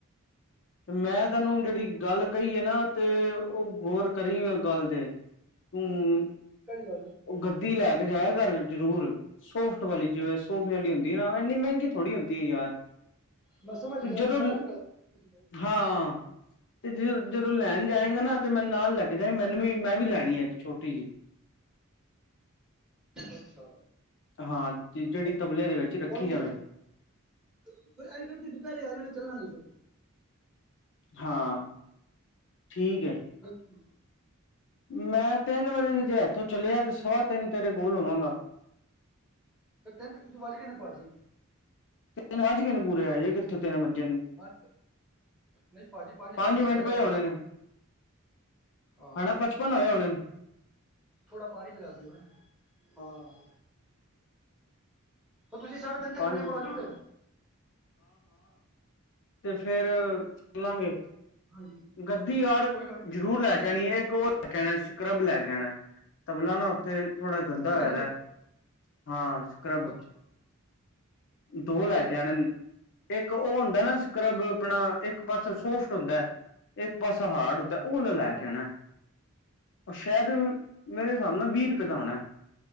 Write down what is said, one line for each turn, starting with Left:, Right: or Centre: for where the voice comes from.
Left: ਮੈਂ ਤੁਹਾਨੂੰ
Centre: ਹਾਂ
Left: ਜਿਹੜੀ ਗੱਲ ਕਹੀਏ ਨਾ ਤੇ ਉਹ ਗੋਰ ਕਰੀ ਗਲ ਤੇ ਤੂੰ
Centre: ਕਿਹੜੀ ਗੱਲ
Left: ਉਹ ਗੱਦੀ ਲੈ ਕੇ ਜਾਇ ਘਰ ਜ਼ਰੂਰ ਸੋਫਟ ਵਾਲੀ ਜਿਵੇ ਸੋਫੇ ਵਾਲੀ ਹੁਦੀ ਨਾ ਇਨੀ ਮਹਿਗੀ ਕਿ ਯਾਰ
Centre: ਮੈਂ ਸਮਝ
Left: ਤੇ
Centre: ਗਿਆ ਬਸ
Left: ਜਦੋ
Centre: ਫੋਨ ਹੀ ਕਰ ਕਿਸੇ ਕੋਲ
Left: ਹਾਂ ਤੇ ਜ ਜਦੋਂ ਲੈਣ ਜਾਏਗਾ ਨਾ ਤੇ ਮੈ ਨਾਲ ਲੈਕੇ ਜਾਏ ਮੈਨੂੰ ਵੀ ਮੈ ਵੀ ਲੈਣੀ ਆ ਇੱਕ ਛੋਟੀ ਜਿਹੀ
Centre: ਅੱਛਾ
Left: ਹਾਂ ਜਿਹੜੀ
Centre: ਚਲੋ
Left: ਤਬਲੇ ਦੇ ਵਿਚ ਰਖੀ
Centre: ਕੋਈ ਨਾ
Left: ਜਾਵੇ।
Centre: ਦੁਪਹਿਰੇ ਆ ਜਾਣਾ ਮੈਂ ਚਲਾਗੀ ਫਿਰ
Left: ਹਾਂ ਠੀਕ ਹੈ।
Centre: ਹੂ-
Left: ਮੈਂ ਤਿਨ ਵਜੇ ਜੇ ਏਥੋਂ ਚਲਿਆ ਤੇ ਸਵਾ ਤਿਨ ਤੇਰੇ ਕੋਲ ਹੋਵਾਗਾ।
Centre: ਤੇ ਤੀਨ ਤੁਸੀ ਵਜ ਗਏ ਨੇ ਭਜੀ
Left: ਤਿਨ ਵਜ ਕੇ ਪੂਰੇ ਹੈ। ਜੇ ਕਥੇ ਤਿਨ ਵਜੇ।
Centre: ਹਾਂ ਨਹੀਂ ਭਾਜੀ
Left: ਪੰਜ
Centre: ਮਿੰਟ
Left: ਮਿਟ
Centre: ਸਾਰੇ
Left: ਪਹਿਲੇ
Centre: ਰਹਿ ਗਏ
Left: ਆਉਣੇ ਨੇ।
Centre: ਹਾਂ
Left: ਹਲੇ ਪਚਪਨ ਹੋਇਆ ਹੋਣੇ ਨੇ।
Centre: ਥੋੜਾ ਪਾਣੀ ਪਿਲਾ ਦਿਓ ਹੈ। ਹਾਂ- ਤੁਸੀ ਸਾਢੇ ਤਿਨ ਤਕ
Left: ਪੰਜ
Centre: ਮੇਰੇ ਕੋਲ ਆਜੋਗੇ।
Left: ਫਿਰ ਚਲਾਗੇ
Centre: ਹਾਂਜੀ
Left: ਗਦੀ ਯਾਰ
Centre: ਕੋਈ ਗੱਲ
Left: ਜਰੂਰ ਲੈ ਕੇ ਆਣੀ
Centre: ਨੀ
Left: ਹੈ। ਇਕ ਹੋ ਕਹਿਣਾ ਸਕਰੱਬ ਲੈ ਕੇ ਆਣਾ ਤਬਲਾ ਨਾ ਉਥੇ ਥੋੜਾ ਗੰਦਾ
Centre: ਸਕਰਬ
Left: ਹੋਏ ਦਾ ਹਾਂ ਸਕ੍ਰਬ-
Centre: ਅੱਛਾ
Left: ਦੋ
Centre: ਕੋਈ
Left: ਲੈ
Centre: ਗੱਲ
Left: ਕੇ ਆਣੇ
Centre: ਨੀ
Left: ਇਕ ਉਹ ਹੁੰਦਾ ਨਾ ਸਕਰਬ ਆਪਣਾ ਇਕ ਪਾਸੇ ਸੋਫ ਹੁਦਾ ਇਕ ਪਾਸਾ ਹਾਰਡ ਹੁਦਾ ਉਹ ਲੈ
Centre: ਹੂੰ
Left: ਕੇ ਆਉਣਾ ਉਹ ਸ਼ਾਇਦ ਮੇਰੇ ਹਿਸਾਬ ਨਾਲ ਵੀਹ ਰੁਪਏ ਦਾ ਹੋਣਾ